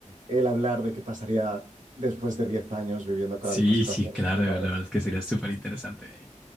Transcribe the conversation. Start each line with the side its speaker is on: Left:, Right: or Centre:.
Right: el hablar de qué pasaría después de 10 años viviendo con
Centre: Sí,
Right: la misma situación?
Centre: sí, claro,
Right: ¿Qué te parece?
Centre: la verdad es que sería súper interesante.